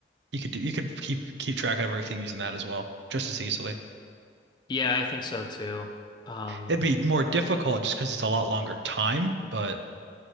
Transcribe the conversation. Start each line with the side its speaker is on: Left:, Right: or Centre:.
Right: you could do you could keep keep track of everything using that as well, just as easily.
Left: yeah, I think so too. Um,
Right: It'd be more difficult just because it's a lot longer time, but